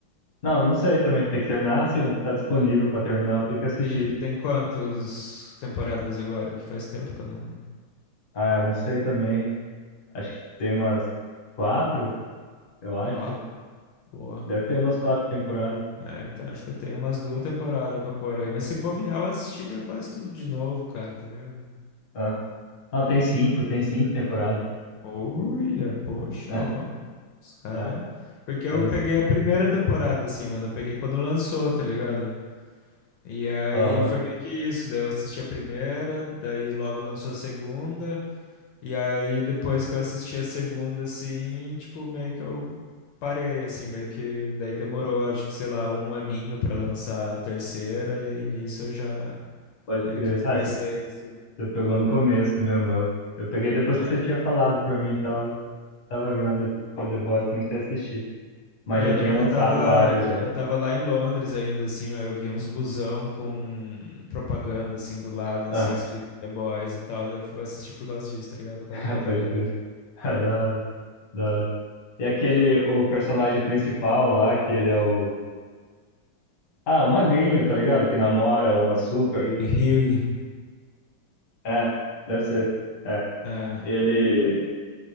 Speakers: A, on the left (about 40°); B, on the left (about 75°).
A: Não, não sei também. Tem que terminar, assim, o que tá disponível pra terminar, eu tenho que assistir.
B: E tem quantas temporadas agora? Que faz tempo que eu não...
A: Ah, não sei também. Acho que tem umas quatro, eu acho.
B: Ó, boa.
A: Deve ter umas quatro temporadas.
B: É, então acho que eu tenho umas duas temporadas pra pôr aí. Mas se bobear, eu assistiria quase tudo de novo, cara, tá ligado?
A: Ah, ah, tem cinco, tem cinco temporadas.
B: Olha, poxa,
A: <laughs> Ah,
B: ó. Os cara.
A: ah,
B: Porque eu
A: eu não...
B: peguei a primeira temporada, assim, mano. Eu peguei quando lançou, tá ligado? E aí
A: Aham,
B: foi meio que isso. Daí eu assisti a primeira, daí logo lançou a segunda. E aí depois que eu assisti a segunda, assim, tipo, meio que eu parei, assim, meio que. Daí demorou, acho que, sei lá, um aninho pra lançar a terceira. E aí nisso eu já.
A: pode
B: Meio
A: crer.
B: que dispersei,
A: Ah, você
B: assim.
A: você pegou no começo mesmo. Eu, eu peguei depois
B: né?
A: que você tinha falado pra mim e tal. Tava vendo The The Boys, comecei a assistir. Mas
B: É,
A: já
B: eu
A: tinha
B: lembro
A: lançado
B: que eu tava,
A: várias já.
B: eu tava lá em Londres ainda, assim, ó, eu via uns busão com propaganda, assim, do lado,
A: Ah,
B: assim, escrito The Boys e tal, daí eu fui assistir por causa disso, tá ligado? Por causa
A: <laughs>
B: da propaganda.
A: pode crer. Ah, da hora, da hora. E aquele, o personagem principal lá, que ele é o. Ah, o magrinho, tá ligado? Que namora uma super.
B: E Hugh,
A: É, deve ser. É.
B: é,
A: Ele,